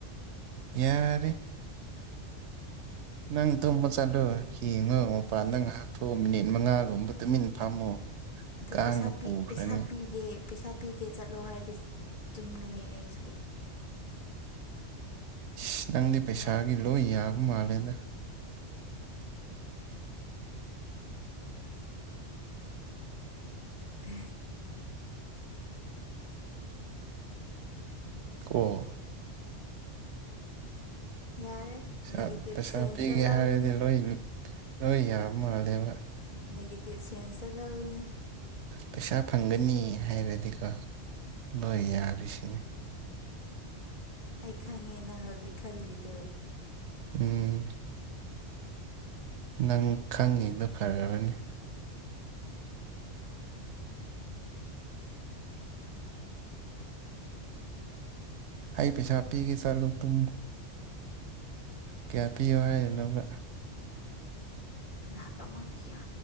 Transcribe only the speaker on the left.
ꯑꯗ
ꯄꯩꯁꯥ
ꯄꯩꯁꯥ ꯄꯤꯒꯦ ꯄꯩꯁꯥ ꯄꯤꯒꯦ ꯆꯠꯂꯣ ꯍꯥꯏꯔꯗꯤ ꯆꯨꯝꯒꯅꯤ ꯑꯩꯁꯨ
ꯇ
ꯌꯥꯔꯦ
ꯅꯦꯒꯦꯇꯤꯞ
ꯁꯦꯟꯁꯇ
ꯂꯧꯒꯅꯨ
ꯅꯦꯒꯇ ꯁꯦꯟꯁ ꯑꯂꯎꯅꯦ
ꯑꯩ ꯈꯪꯉꯦꯅ ꯍꯧꯖꯤꯛ ꯈꯜꯂꯤꯗ
ꯂꯥꯛ ꯑꯃ ꯄꯌꯥ